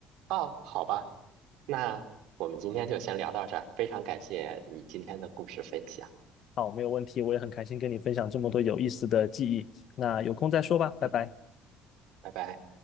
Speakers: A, on the right; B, on the left.
A: 啊，好吧。那我们今天就先聊到这儿，非常感谢你今天的故事分享。
B: 好，没有问题，我也很开心跟你分享这么多有意思的记忆，那有空再说吧，拜拜。
A: 嗯，拜拜。